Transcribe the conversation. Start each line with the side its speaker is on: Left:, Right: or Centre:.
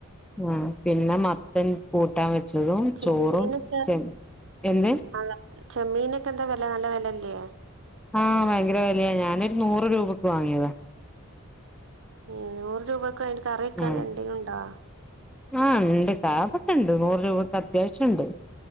Centre: ആഹ് പിന്നെ മത്തൻ കൂട്ടാൻ വെച് ച്ചതും
Right: ചെമ്മീനൊക്കെ
Centre: ചോറും ചെം എന്ത്
Right: ആഹ് ചെമ്മീനൊക്കെ എന്താ വെല നല്ല വേലല്ല്യേ
Centre: ആഹ് ഭയങ്കര വെലയാ ഞാൻ നൊരു നൂറ് രൂപക്ക് വാങ്ങിയതാ.
Right: ഏ നൂറ് രൂപക് <unintelligible> കറി വെക്കാൻ
Centre: ഉം
Right: രണ്ടിനുണ്ടോ
Centre: ആഹ് ഇണ്ട് <unintelligible> അതൊക്കെണ്ട് നൂറ് രൂപക്കത്യാവശ്യണ്ട്